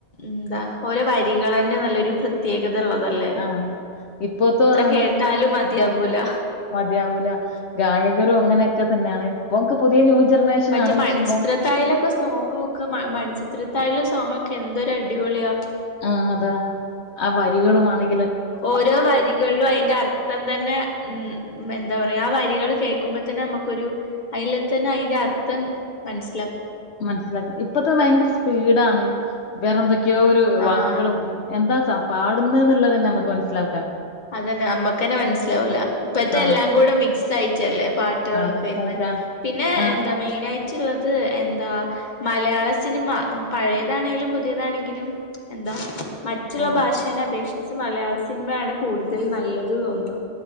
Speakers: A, on the left (about 45°); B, on the left (about 75°).
A: എന്താ ഓരോ വരികളന്നെ നല്ലൊരു പ്രത്യേകത ഉള്ളതല്ലേ എത്ര
B: ആണ്. ഇപ്പോത്ത ആ
A: കേട്ടാലും മതിയാവൂല
B: മതിയാവൂല ഗായകരും അങ്ങനെയൊക്കെ തന്നെയാണ് പോൻക്ക് പുതിയ ന്യൂ ജനറേഷൻ
A: മറ്റേ
B: ആണ്
A: മണിചിത്രത്താഴിലൊക്കെ
B: പക്ഷെ എന്താ
A: സോങ് ഒക്കെ മ മണിചിത്ര താഴിലെ സോങ് ഒക്കെ എന്തൊരു അടിപൊളിയാ.
B: ആഹ് അതാ ആ വരികളും ആണെ
A: ഓരോ വരികൾലും അതിന്റെ അർത്ഥം തന്നെ ഉം എന്താ പറയ്യാ ആ വരികൾ കേൾക്കുമ്പോ തന്നെ നമുക്കൊരു അയില്തന്നെ അയ്ന്റർത്ഥം മൻസ്
B: മനസ്സിലാ ഇപ്പത്തെ ഭയങ്കര സ്പീഡാണ് വേറെന്തക്കെ ക്ക്യോഒരു
A: ആഹ്
B: വാക്കുകളും എന്താ സം പാടുന്ന് ന്ന്ള്ളതന്നെ നമ്മക്ക് മനസ്സിലാ
A: അതന്നെ നമ്മക്കന്നെ മനസ്സിലാവൂല ഇപ്പത്തെ
B: ആ,
A: എല്ലാം കൂടെ മിക്സ് ആയി ചെല്ലേ പാട്ടുകളൊക്കെ
B: ആ മിക്സായിട്ടാണ്.
A: ഇര്ന്ന് പിന്നെ
B: ആ,
A: എന്താ മെയിനായി ചിള്ളത് എന്താ മലയാള സിനിമ പഴയതാണെങ്കിലും പുതിയതാണെങ്കിലും എന്താ മറ്റുള്ള
B: ഉം.
A: ഭാഷേനെ അപേക്ഷി ച്ച് മലയാള സിൻമേണ് കൂടുതൽ നല്ലത് തോന്നുന്നു